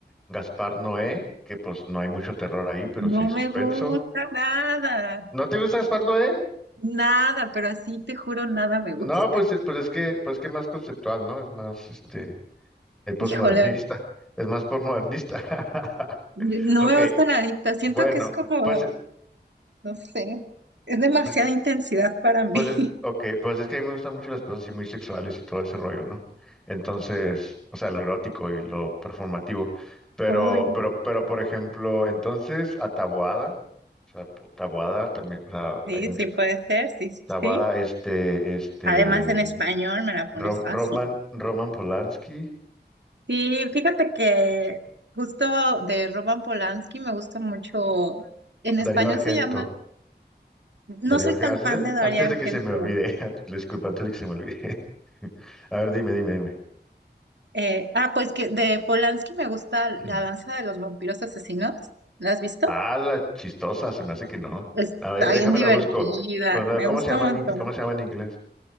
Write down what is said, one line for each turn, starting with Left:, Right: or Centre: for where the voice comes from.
Centre: Gaspar Noé, que pues no hay mucho terror ahí, pero sí
Right: No
Centre: hay suspenso.
Right: me gusta nada,
Centre: ¿No te gusta Gaspar Noé?
Right: nada, pero así te juro, nada me gusta.
Centre: No, pues, eh, pues es que, pues que más conceptual, ¿no? Es más, este, el
Right: <laughs>
Centre: posmodernista.
Right: Híjole,
Centre: Es más posmodernista. <laughs>
Right: no
Centre: Ok,
Right: me gusta nadita. Siento
Centre: bueno,
Right: que es como,
Centre: pues,
Right: no sé, es demasiada
Centre: pues,
Right: intensidad para mí.
Centre: pues, es- ok, pues es que a mí me gustan mucho las cosas así muy sexuales y todo ese rollo, ¿no? Entonces, o sea, lo erótico y lo performativo. Pero,
Right: <laughs> Oye,
Centre: pero, pero, por ejemplo, entonces, a Taboada, o sea, po- Taboada también, o sea,
Right: sí,
Centre: hay mucho,
Right: sí puede ser, sí, sí.
Centre: Taboada,
Right: sí.
Centre: este, este,
Right: Además, en español me la pones
Centre: Rom-
Right: fácil.
Centre: Roman, Roman Polanski,
Right: Sí, fíjate que justo de Roman Polanski me gusta mucho, en
Centre: Darío
Right: español
Centre: Argento,
Right: se llama, no
Centre: Darío
Right: soy
Centre: Argento,
Right: tan
Centre: antes
Right: fan
Centre: de
Right: de Darío
Centre: antes
Right: Argento.
Centre: de que se me olvide, <laughs> antes- disculpa, antes de que se me olvide. <laughs> A ver, dime, dime, dime.
Right: Eh, ah, pues que de Polanski me gusta
Centre: <clears throat>
Right: La danza de los vampiros asesinos. ¿La has visto?
Centre: Ah, la chistosa, se me hace que no.
Right: Está
Centre: A ver, déjame
Right: bien divertida,
Centre: la busco. O sea,
Right: me
Centre: ¿Cómo
Right: gusta
Centre: se llama
Right: un montón.
Centre: en inglés? ¿Cómo se llama en inglés?